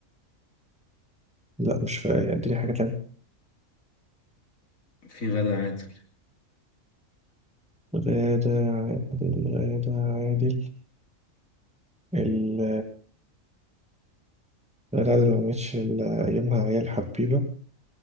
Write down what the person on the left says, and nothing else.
في غادة عادل